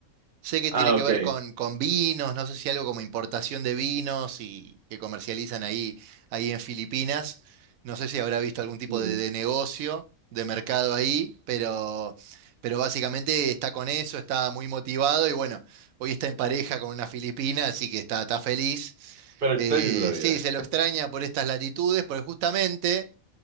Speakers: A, on the right; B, on the right.
A: Sé que
B: Ah,
A: tiene que
B: ok.
A: ver con, con vinos, no sé si algo como importación de vinos y que comercializan ahí, ahí en Filipinas. No sé si habrá visto algún tipo
B: Mm.
A: de, de negocio, de mercado ahí, pero, pero básicamente está con eso, está muy motivado y bueno, hoy está en pareja con una filipina, así que está, está feliz.
B: Pero
A: Eh,
B: ¿qué es la vida?
A: sí, se lo extraña por estas latitudes, porque justamente